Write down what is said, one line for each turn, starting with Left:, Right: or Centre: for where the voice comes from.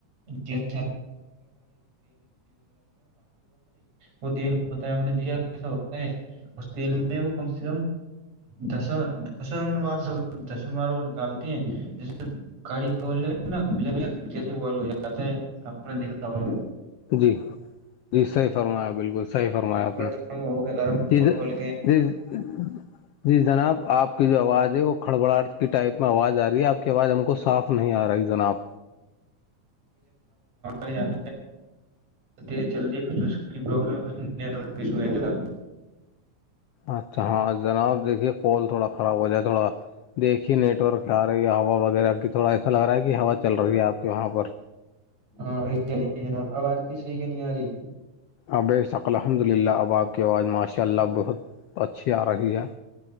Right: میں وہ بتایا نے دیا کیسا ہوتا ہے اس تیل میں وہ کم سے کم دس دسم وار سب دسم وار کو نکالتی ہیں جیسے گاڑیا ہو جاتا ہے ان دکھ سو گا
Left: جی جی صحیح فرمایا بالکل صحیح فرمایا آپ
Right: برتنوں
Left: نے
Right: میں ہو کے گرم
Left: جیز
Right: کھول کھول کے
Left: جیز ج جی جناب آپ کی جو آواز ہے وہ کھڑبڑاہٹ کی ٹائپ میں آواز آ رہی ہے آپ کی آواز ہم کو صاف نہیں آ رہا جنا آب
Right: یاد ز جلی کچھ اس کی پرلم ہے کچھ نیٹ ورک ایشو ہے جر
Left: اچھا ہاں جناب دیکھیے پول تھوڑا خراب ہو جائے تھوڑا دیکھیے نیٹ ورک آ رہی ہے ہوا وغیرہ کی تھوڑا ایسا لگ رہا ہے کہ ہوا چل رہی ہے آپ کے وہاں پر
Right: ہاں وہی چ جناب اب آج بھی صحی کہ نہیں آ رہی
Left: ابث الحمد للہ اب آپ کی آواز ماشاء اللہ بہت اچھی آ رہی ہے